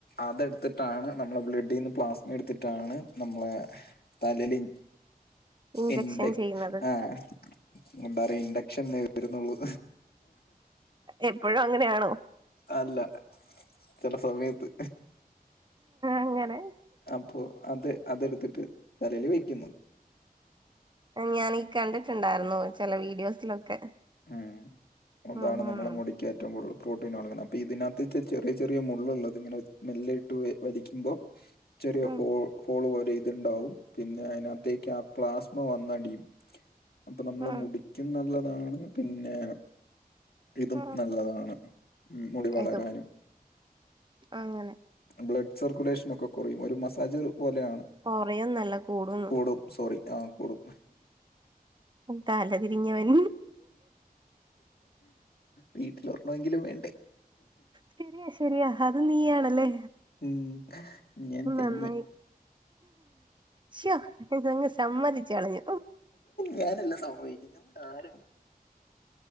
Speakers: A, on the left; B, on the right.
A: അതെടുത്തിട്ടാണ് നമ്മളെ ബ്ലഡിൽന്ന് പ്ലാസ്മ എടുത്തിട്ടാണ് നമ്മളെ തലല്
B: ഇഞ്ചക്ഷൻ
A: എന്റെ
B: ചെയ്യുന്നത്
A: ആഹ് ന്താറ ഇൻഡക്ഷൻ വരുന്നുള്ളൂ
B: എപ്പോഴും അങ്ങനെയാണോ
A: അല്ല ചില സമയത്ത്
B: അങ്ങനെ
A: അപ്പോ അത് അതെടുത്തിട്ട് തലേൽ വെക്കുന്നത്
B: ഞാൻ ഈ കണ്ടിട്ടുണ്ടായിരുന്നു ചില വീഡിയോസിലൊക്കെ
A: ഉം അന്താണ്
B: ഉം
A: നമ്മളെ
B: ഉം
A: മുടിക്ക ഏറ്റവും കൂടുതൽ പ്രോട്ടീൻ ആളുന്നത് അപ്പൊ ഇതിനകത്ത ചെറിയ ചെറിയ മുളള് ഉള്ളത് ഇങ്ങനെ മെല്ല ഇട്ട് വലിക്കുമ്പ ചെറിയ
B: ഉം
A: ഹോൾ ഹോള് പോലെ ഇതുണ്ടാവും പിന്നെ അതിനകത്തേക്ക് ആ പ്ലാസ്മ വന്നടിയും അപ്പൊ നമ്മള്
B: ഉം
A: മുടിക്കും നല്ലതാണ് പിന്നെ ഇതും
B: ഉം
A: നല്ലതാണ് ഉം മുടി വളരാനും
B: ഏതോ അങ്ങനെ
A: ബ്ലഡ് സർക്കുലേഷനൊക്കെ കുറയും ഒരു മസാജ് പോലെയാണ്
B: കൊറയും നല്ല കൂടുംന്ന്
A: കൂടും സോറി ആഹ് കൂടും
B: തല തിരിഞ്ഞവൻ
A: വീട്ടില് ഒർണമെങ്കിലും വേണ്ടേ
B: ശരിയാ ശരിയാ അത് നീ ആണല്ലേ
A: ഉം ഞാൻ
B: നന്നായി
A: തന്നെ
B: ശ്യോ ഇതങ്ങ് സമ്മതിച്ച് കളഞ്ഞു
A: ഞാനെല്ലാം സംഭവിക്കുന്ന ആര